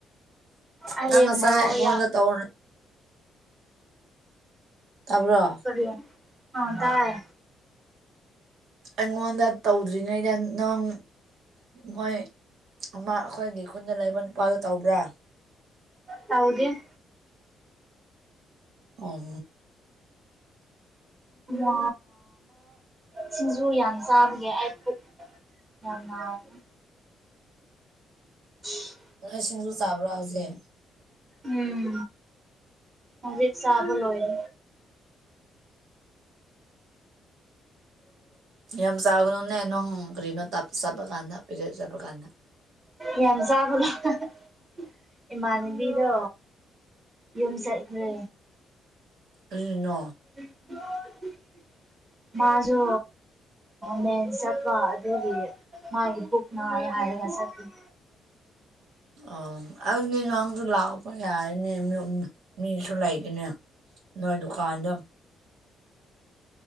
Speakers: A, on the right (about 25°); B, on the right (about 75°).
A: ꯑꯩ
B: ꯅꯪ ꯉꯁꯥꯏ
A: ꯃꯔꯣꯛ
B: ꯑꯩꯉꯣꯟꯗ
A: ꯌꯥꯝ
B: ꯇꯧ ꯇꯥꯕ꯭ꯔꯣ
A: <unintelligible> ꯀꯔꯤ ꯑꯥ ꯇꯥꯏ
B: ꯑꯩꯉꯣꯟꯗ ꯇꯧꯗ꯭ꯔꯤꯉꯩꯗ ꯅꯪ ꯃꯣꯏ ꯑꯃ ꯑꯩꯈꯣꯏꯒꯤ ꯈꯨꯟꯗ ꯂꯩꯕ ꯅꯨꯄꯥꯗꯣ ꯇꯧꯕ꯭ꯔꯥ
A: ꯇꯧꯗꯦ
B: ꯑꯣ
A: ꯎ ꯁꯤꯡꯁꯨ <unintelligible> ꯌꯥꯝ ꯆꯥꯕꯒꯦ ꯑꯩꯄꯨꯛ <unintelligible> ꯎꯝ <inaudible>
B: ꯅꯣꯏ ꯁꯤꯡꯁꯨ ꯆꯥꯕ꯭ꯔꯥ ꯍꯧꯖꯤꯛ
A: ꯎꯝ ꯍꯧꯖꯤꯛ ꯆꯥꯕꯂꯣꯏꯔꯦ
B: ꯌꯥꯝ ꯁꯥꯒꯅꯣꯅꯦ ꯅꯪ ꯀꯔꯤꯅꯣ <unintelligible> ꯄꯤꯔꯤꯌꯗ ꯆꯠꯄ ꯀꯟꯗ
A: ꯌꯥꯝ ꯆꯥꯕꯅꯦ <unintelligible> ꯏꯃꯥꯟꯅꯕꯤꯗꯣ ꯌꯨꯝ ꯆꯠꯈ꯭ꯔꯦ
B: ꯀꯔꯤꯅꯣ
A: <inaudible> ꯃꯥꯁꯨ ꯃꯦꯟ ꯆꯠꯄ ꯑꯗꯨꯒꯤ ꯃꯥꯒꯤ ꯕꯨꯛ ꯅꯥꯔꯦ ꯍꯥꯏꯌꯦꯕ <unintelligible>
B: ꯑꯣ ꯑꯗꯨꯗꯤ ꯅꯪꯁꯨ ꯂꯥꯛꯄꯌꯥꯏꯅꯦ ꯃꯤꯁꯨ ꯂꯩꯒꯅꯦ ꯅꯣꯏꯗꯨꯀꯥꯟꯗꯨ